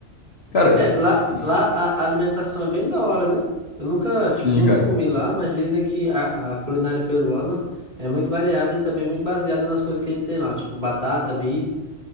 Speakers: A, on the left; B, on the right.
A: Cara,
B: É, lá,
A: s-
B: lá a a alimentação é bem da hora, né? Eu nunca,
A: sim,
B: tipo, nunca
A: cara.
B: comi lá, mas dizem que a, a culinária peruana é muito variada e também muito baseada nas coisas que ele tem lá, tipo batata, milho.